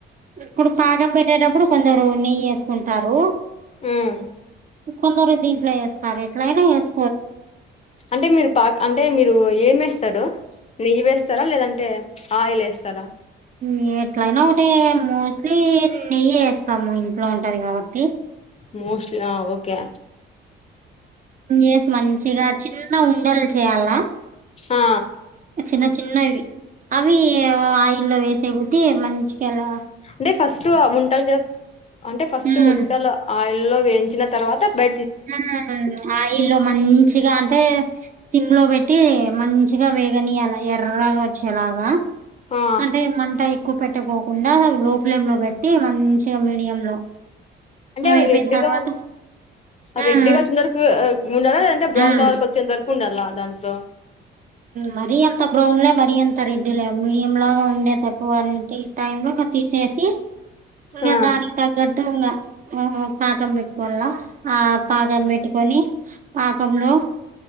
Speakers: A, on the right; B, on the left.
A: ఇప్పుడు పాకం పెట్టేటప్పుడు కొందరు నెయ్యి ఏసుకుంటారు
B: మ్మ్
A: కొందరు దీంట్లో ఏస్తారు ఎట్లయినా ఏస్
B: అంటే మీరు పాక్ అంటే మీరు ఏమస్తారు నెయ్యి వేస్తారా లేదంటే ఆయిల్ ఎస్తారా
A: యీ ఎట్లనా ఒకంటె మోస్ట్లీ నెయ్యి సము ఇంట్లో ఉంటది గబట్టి
B: మోస్ట్లీ ఆ ఓకే
A: ఎస్ మంచిగా చిన్న ఉండలు చేయల్లా
B: ఆ
A: చిన్న చిన్నవి అవి ఆయిల్ల్లో వేసే కీ మంచికెలా
B: అంటే ఫస్ట్ ఉంటలు చేస్ అంటే ఫస్ట్
A: ఉమ్,
B: ఉంటలు ఆయిల్లో వేయించిన తర్వాత బె
A: ఉ ఆయిల్లో మంచిగా అంటే సిమ్ లో పెట్టి మంచి మచ్చగా వేగని అలా ఎర్రగా వచ్చేలాగా
B: ఆ
A: అంటే మంట ఉక్కు పెట్టకోకుండా లో ఫ్లేమ్ లో పెట్ మంచిగా మీడియ లో,
B: అంటే అవి
A: అయిపోయిన
B: రెడ్
A: తర్వాత
B: గా
A: ఉమ్
B: రెడ్ గా వచ్చేంత వరకు ఉండాలా, లేదంటే బ్రౌన్
A: ఉమ్
B: కలర్ వచ్చేంత వరకు ఉండాలా దాంట్లో.
A: మరీ అంత బ్రౌన్లే మరీ అంత రెడ్ మీడియం లాగా ఉండేటట్టు అంటే టైమ్ లో తీసేసి ఇక
B: ఆ
A: దాని తగ్గట్టు ఇంగ పాకం పెట్టుకోవాల్ ఆ పాకం పెట్టుకొని పాకంలో